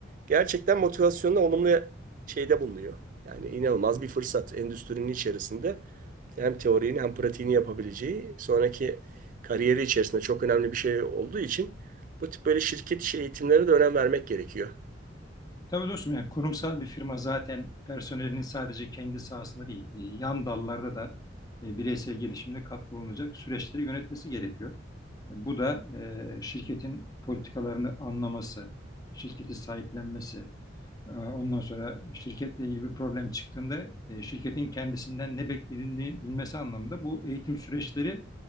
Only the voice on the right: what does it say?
gerçekten motivasyonla olumlu şeyde bulunuyor. Yani inanılmaz bir fırsat endüstrinin içerisinde hem teorini hem pratiğini yapabileceği sonraki kariyeri içerisinde çok önemli bir şey olduğu için bu tip böyle şirket içi eğitimlere de önem vermek gerekiyor.